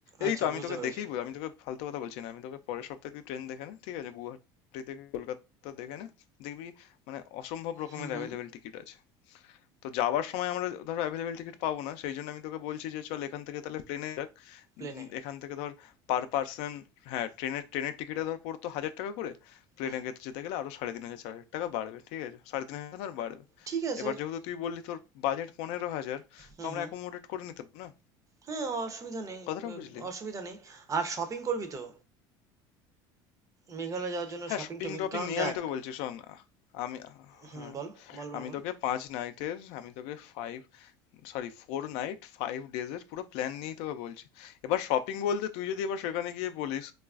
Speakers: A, on the right (about 30°); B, on the left (about 70°).
A: আচ্ছা
B: এই তো আমি
A: বুঝতে
B: তোকে
A: পেরেছি
B: দেখেই বল আমি তোকে ফালতু কথা বলছি না আমি তোকে পরের সপ্তাহে তুই ট্রেন দেখে নে ঠিক আছে গুয়াহাটি থেকে কলকাতা দেখে নে দেখবি মানে অসম্ভব রকমের
A: হুম হুম
B: অ্যাভেলেবেল টিকিট আছে তো যাওয়ার সময় আমরা ধর অ্যাভেলেবেল টিকিট পাবো না সেই জন্য আমি তোকে বলছি যে চল এখান থেকে তাহলে প্লেনে যাক
A: প্লেনে
B: উম, এখান থেকে ধর পার পার্সন হ্যাঁ ট্রেনের ট্রেনের টিকিটে ধর পড়তো হাজার টাকা করে প্লেনে
A: হুম
B: যেতে গেলে আরো সাড়ে তিন হাজার চার হাজার টাকা বাড়বে ঠিক আছে সাড়ে তিন হাজার ধর বাড়বে
A: ঠিক আছে
B: এবার যেহেতু তুই বললি তোর বাজেট পনেরো হাজার
A: হুম
B: তো আমরা
A: হুম
B: অ্যাকোমোডেট করে নিতে পারবো না
A: হ্যাঁ অসুবিধা নেই
B: কথাটা
A: ব-
B: বুঝলি
A: অসুবিধা নেই আর শপিং করবি তো মেঘালয় যাওয়ার জন্য
B: হ্যাঁ,
A: শপিং
B: শপিং
A: টপিং
B: টপিং
A: কারণ
B: নিয়ে
A: দেখ
B: আমি তোকে বলছি শোন আহ, আমি
A: হুম
B: হ্যাঁ
A: বল বল বল
B: আমি
A: বল
B: তোকে পাঁচ নাইটের আমি তোকে five sorry four night five ডেজের পুরো প্ল্যান নিয়েই তোকে বলছি এবার শপিং বলতে তুই যদি এবার সেখানে গিয়ে বলিস